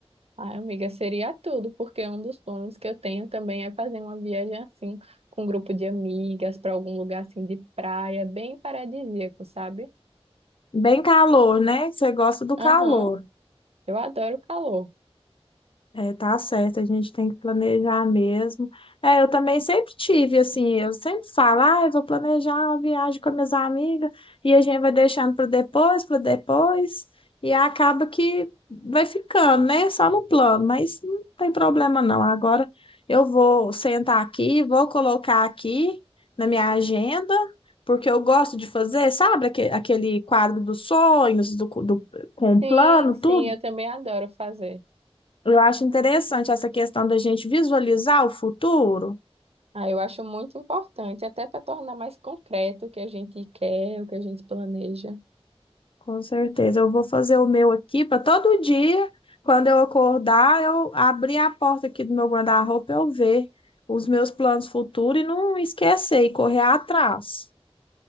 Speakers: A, on the right (about 70°); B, on the left (about 55°).
A: Ai, amiga, seria tudo, porque um dos planos que eu tenho também é fazer uma viagem assim, com um grupo de amigas, para algum lugar assim de praia, bem paradisíaco, sabe?
B: Bem calor, né? Você gosta do calor.
A: Aham, eu adoro calor.
B: É, tá certo, a gente tem que planejar mesmo. É, eu também sempre tive, assim, eu sempre falo, ah, eu vou planejar uma viagem com as minhas amigas, e a gente vai deixando para depois, para depois, e acaba que vai ficando, né? Só no plano, mas não tem problema não. Agora eu vou sentar aqui, vou colocar aqui na minha agenda, porque eu gosto de fazer, sabe, aque- aquele quadro dos sonhos, do, do, com o plano,
A: Sim, sim,
B: tudo.
A: eu também adoro fazer.
B: Eu acho interessante essa questão da gente visualizar o futuro.
A: Ah, eu acho muito importante, até para tornar mais concreto o que a gente quer, o que a gente planeja.
B: Com certeza, eu vou fazer o meu aqui para todo dia, quando eu acordar, eu abrir a porta aqui do meu guarda-roupa, eu ver os meus planos futuros e não esquecer e correr atrás.